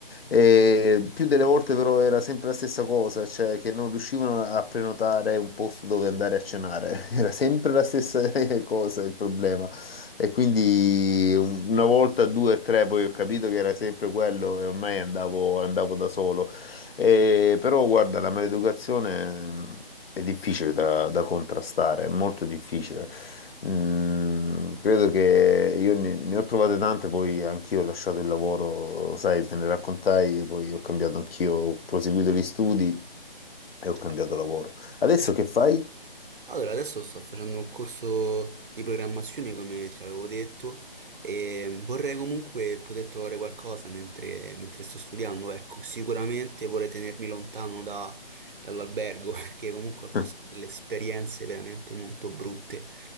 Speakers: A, on the left; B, on the right.
A: E più delle volte però era sempre la stessa cosa, cioè che non riuscivano a prenotare un posto dove andare a cenare, <laughs> era sempre la stessa <laughs> cosa il problema. E quindi una volta, due, o tre, poi ho capito che era sempre quello e ormai andavo, andavo da solo. E- però guarda, la maleducazione mh, è difficile da, da contrastare, è molto difficile. Mm, credo che io ne, ne ho trovate tante, poi anch'io ho lasciato il lavoro, sai, te ne raccontai, poi ho cambiato anch'io, ho proseguito gli studi e ho
B: certo.
A: cambiato lavoro. Adesso
B: certo.
A: che fai?
B: Allora, adesso sto facendo un corso di programmazione, come ti avevo detto, e vorrei comunque poter trovare qualcosa mentre, mentre sto studiando, ecco, sicuramente vorrei tenermi lontano da- dall'albergo, <laughs> perché comunque ho passato
A: <laughs>
B: delle esperienze veramente molto brutte.